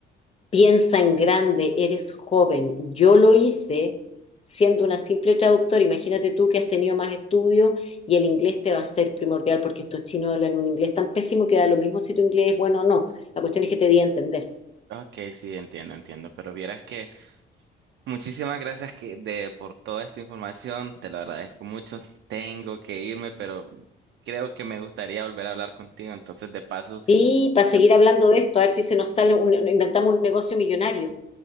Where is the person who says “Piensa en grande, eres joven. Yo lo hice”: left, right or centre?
Left